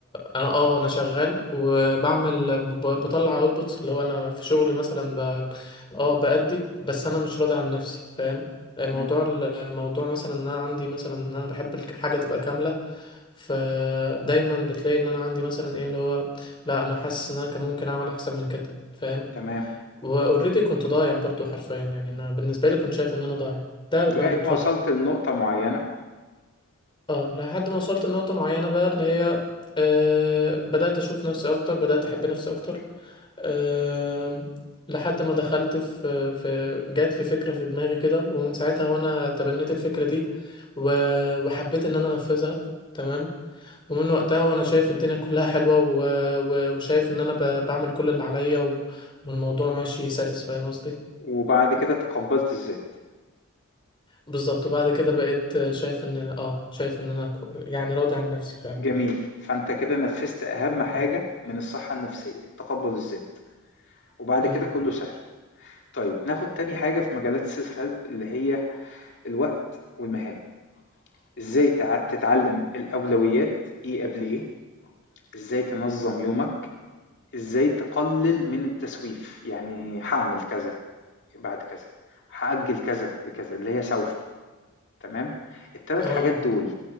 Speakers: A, on the left; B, on the left.
A: انا اه انا شغال وبعمل ب- بطلع اوتبوتس اللي هو انا في شغلي مثلا ب... اه بأدي بس انا مش راضي عن نفسي فاهم آه،
B: تمام،
A: موضوع ال- موضوع مثلا ان انا عندي مثلا ان انا بحب الحاجه تبقى كامله فدايما بتلاقي ان انا عندي مثلا ايه اللي هو لا انا حاسس ان انا كان ممكن اعمل احسن من كده فاهم
B: تمام.
A: واوريدي كنت ضايع برضو حرفيا يعني انا بالنسبه لي كنت شايف ان انا ضايع ده كان
B: لغاية
A: من فتره
B: ما وصلت لنقطة معينة
A: اه لحد ما وصلت لنقطة معينة بقى اللي هي آه بدأت أشوف نفسي أكتر بدأت أحب نفسي أكتر آه لحد ما دخلت في في جات لي فكرة في دماغي كده ومن ساعتها وأنا تبنيت الفكرة دي و- وحبيت إن أنا أنفذها تمام ومن وقتها وأنا شايف الدنيا كلها حلوة و- و- وشايف إن أنا ب- بعمل كل اللي عليا و- والموضوع ماشي سلس فاهم قصدي
B: وبعد كده تقبلت الذات
A: بالظبط وبعد كده بقيت شايف إن اه شايف إن أنا كو- يعني راضي عن نفسي فعلا
B: جميل فانت كده نفذت اهم حاجة
A: تمام.
B: من الصحة النفسية تقبل الذات وبعد
A: اه
B: كده كله سهل طيب ناخد تاني حاجة في مجالات السيلف هيلب اللي هي الوقت والمهام ازاي تع- تتعلم الاولويات ايه قبل ايه ازاي تنظم يومك ازاي تقلل من التسويف يعني هعمل كذا بعد كذا هأجل كذا لكذا اللي هي سوف تمام التلات
A: اه
B: حاجات دول